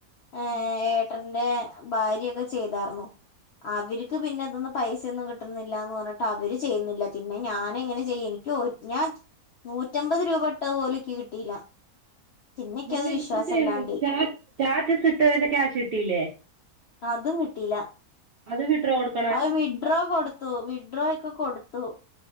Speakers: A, on the right; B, on the left.
A: <inaudible>
B: ഏഹ് ഏട്ടന്റെ ഭാര്യ ഒക്കെ ചെയ്താർന്നു അവര്ക്ക് പിന്നെ ഇതൊന്നും പൈസയൊന്നും കിട്ടുന്നില്ല എന്ന് പറഞ്ഞിട്ട് അവര് ചെയ്യുന്നില്ല പിന്നെ ഞാനെങ്ങനെ ചെയ്യ എനിക്ക് ഞാൻ നൂറ്റമ്പത് രൂപ ഇട്ടത് പോലും ഇക്കി കിട്ടിയില്ല പിന്നെക്കത്
A: നിങ്ങ
B: വിശ്വാസല്ലാണ്ടായി
A: എന്ത് ചെയ്യണം സ്റ്റാറ്റസ് ഇട്ടതിന്റെ ക്യാശ് കിട്ടയില്ലേ.
B: അതും കിട്ടിയില്ല.
A: അത് വിട്രോ ടു
B: അത് വിഡ്രോ കൊടുത്തു വിഡ്രോ ഒക്കെ കൊടുത്തു.